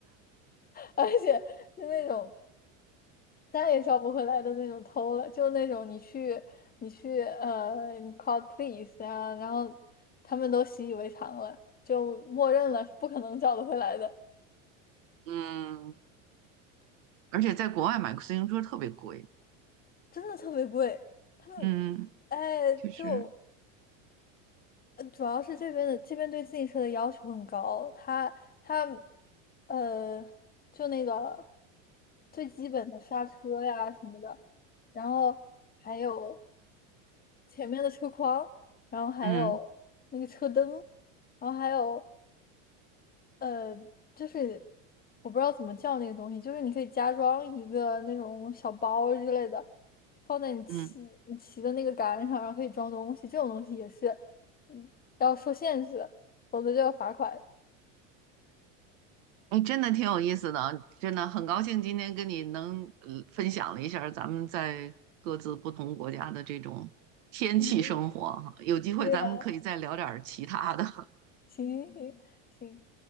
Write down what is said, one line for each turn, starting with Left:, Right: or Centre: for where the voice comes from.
Left: 而且是那种再也找不回来的那种偷了，就那种你去你去呃你 call police 啊，然后他们都习以为常了，就默认了是不可能找得回来的，
Right: 嗯，而且在国外买个自行车特别贵，
Left: 真的特别贵。他们
Right: 嗯，
Left: 哎，
Right: 确实，
Left: 就呃主要是这边的这边对自行车的要求很高，它它呃，就那个最基本的刹车呀什么的，然后还有前面的车筐，然后还有那个车灯，
Right: 嗯
Left: 然后还有呃，就是我不知道怎么叫那个东西，就是你可以加装一个那种小包之类的，放在你骑你骑的那个杆上，
Right: 嗯，
Left: 然后可以装东西。这种东西也是，嗯，要受限制，否则就要罚款。<laughs>
Right: 哎，真的挺有意思的啊，真的很高兴今天跟你能呃分享了一下儿咱们在各自不同国家的这种天气生活哈，
Left: 嗯，
Right: 有机会咱们可以再聊点儿其他的。
Left: 对呀、行行行。行